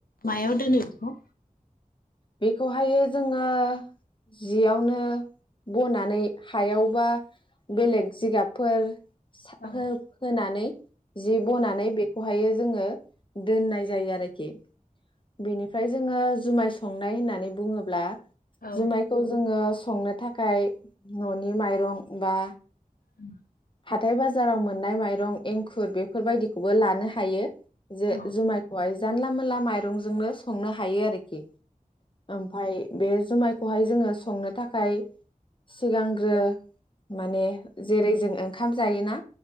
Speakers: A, on the left; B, on the left.
A: मायाव दोनो? ह
B: बेखौहायो जोंङो जियावनो बनानै हायाव बा बेलेग जिगाबफोर साथाखौ
A: औ
B: होनानै जि बनानै बे खौहायो जोङो दोननाय जायो आरोखि बेनिफ्राय जोङो जुमाय संनाय होननानै बुङोब्ला
A: औ
B: जुमायखौ जोङो संनो थाखाय न'नि माइरं बा
A: उम
B: हाथाय बाजाराव मोननाय माइरं एंखुर बेफोरबायदिखौबो लानो हायो जे
A: औ
B: जुमायखौ हाय जानला मोनला माइरंजोंनो संनो हायो आरोखि ओमफ्राय बे जुमायखौहाय जोङो संनो थाखाय सिगांग्रो माने जेरै जों ओंखाम जायोना